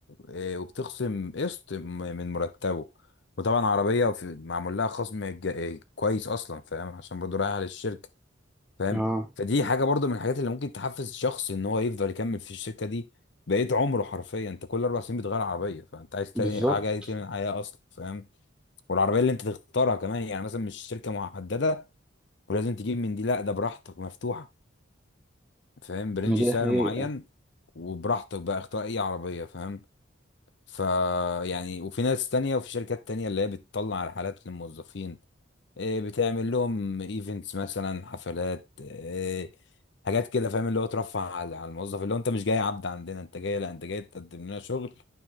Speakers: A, on the left; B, in the centre.
A: إيه، وبتخصم قسط م- من مرتبه وطبعا عربية في- معمول لها خصم ج- إيه، كويس اصلا فاهم عشان برضو رايحة للشركة فاهم
B: آه
A: فدي حاجه برضو من الحاجات اللي ممكن تحفز الشخص ان هو يفضل يكمل في الشركه دي بقيت عمره حرفيا انت كل اربع سنين بتغير عربيه فانت عايز تاني
B: بالظبط
A: حاجه عايز تعمل حياه اصلا فاهم والعربيه اللي انت تختارها كمان يعني مثلا مش شركه محدده ولازم تجيب من دي لا ده براحتك مفتوحه فاهم برنج
B: دي
A: سعر
B: حقيقة
A: معين وبراحتك بقى اختار اي عربيه فاهم ف يعني وفي ناس تانية وفي شركات تانية اللي هي بتطلع رحلات للموظفين إيه، بتعمل لهم ايفنتس مثلا حفلات إيه، حاجات كده فاهم اللي هو ترفع على على الموظف اللي هو انت مش جاي عبد عندنا انت جاي لا انت جاي تقدم لنا شغل